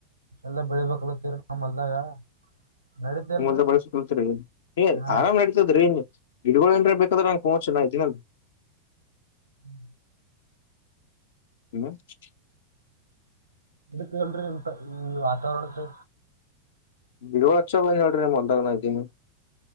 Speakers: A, on the right; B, on the left.
A: ಎಲ್ಲ ಬೆಳಿಬೇಕಲತ್ತೀರಿ ನಮ್ ಹೊಲ್ದಾಗ <unintelligible> ನಡೀತಲ್ರಿ
B: <unintelligible> ಬಳಸಳ್ತರಿ ಏ
A: ಹಾ
B: ಆರಾಮ್
A: ರೀ
B: ನಡತದ್ರೀ ಗಿಡಗಳ್ ಏನ್ರ ಬೇಕಾದ್ರ <unintelligible> <unintelligible>
A: ಹ್ಮ್
B: ಏನು <unintelligible>
A: ಇಡಕ್ <unintelligible> ಹೇಳ್ರಿ ಅಂತ ಈ ವಾತಾವರಣಕ್ಕೆ
B: ಬಿಡವಳಕ್ಷೋಡ್ರ <unintelligible>